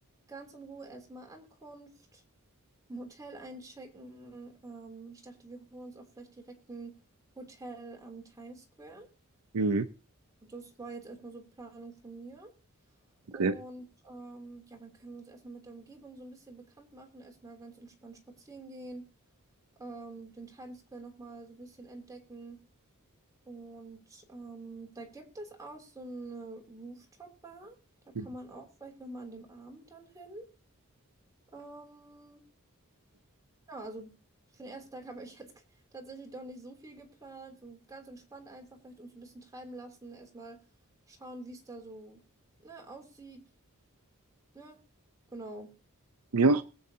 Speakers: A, on the right (about 15°); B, on the right (about 85°).
A: Ganz in Ruhe erstmal Ankunft, im Hotel einchecken. Ähm, ich dachte, wir holen uns auch vielleicht direkt ein Hotel am Times Square.
B: Mhm.
A: Das war jetzt erstmal so Planung von mir. Und
B: okay.
A: ähm, ja, dann können wir uns erstmal mit der Umgebung so ein bisschen bekannt machen, erstmal ganz entspannt spazieren gehen, ähm, den Times Square nochmal so ein bisschen entdecken. Und ähm, da gibt es auch so eine Rooftop-Bar. Da kann
B: Mhm.
A: man auch vielleicht nochmal an dem Abend dann hin. Ähm, ja, also für den ersten Tag <laughs> habe ich jetzt <laughs> tatsächlich doch nicht so viel geplant. So ganz entspannt einfach vielleicht uns ein bisschen treiben lassen, erstmal schauen, wie es da so, ne, aussieht, ne? Genau.
B: Ja,